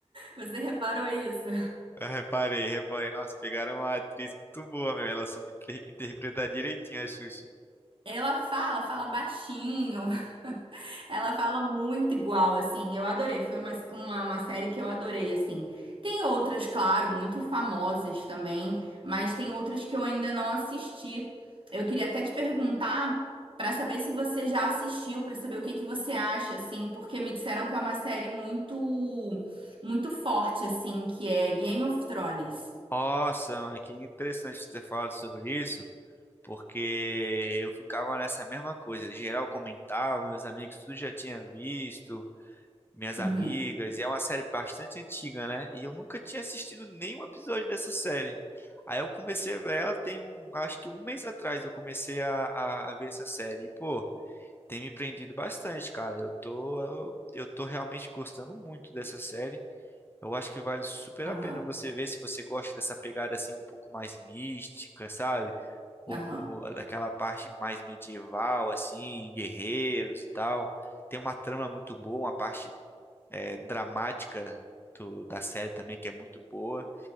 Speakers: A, on the right (about 50°); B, on the left (about 20°).
A: Você reparou isso?
B: Eu reparei, reparei. Nossa, pegaram uma atriz muito boa, meu. Ela soube tre- interpretar direitinho a Xuxa.
A: Ela fala, fala baixinho. Ela fala muito igual, assim. Eu adorei. Foi uma, uma, uma série que eu adorei, assim. Tem outras, claro, muito famosas também, mas tem outras que eu ainda não assisti. Eu queria até te perguntar pra saber se você já assistiu, pra saber o que que você acha, assim, porque me disseram que é uma série muito, muito forte, assim, que é Game of Thrones.
B: Nossa, mano, que interessante você ter falado sobre isso, porque eu ficava nessa mesma coisa. Geral comentava, meus amigos tudo já tinha visto, minhas
A: Uhum.
B: amigas, e é uma série bastante antiga, né? E eu nunca tinha assistido nenhum episódio dessa série. Aí eu comecei a ver ela tem um, acho que um mês atrás eu comecei a, a, a ver essa série. E, pô, tem me prendido bastante, cara. Eu tô, eu, eu tô realmente gostando muito dessa série. Eu acho que vale super
A: Aham.
B: a pena você ver se você gosta dessa pegada assim um pouco mais mística, sabe? Um pouco
A: Aham.
B: daquela parte mais medieval, assim, guerreiros e tal. Tem uma trama muito boa, uma parte é, dramática do- da série também que é muito boa.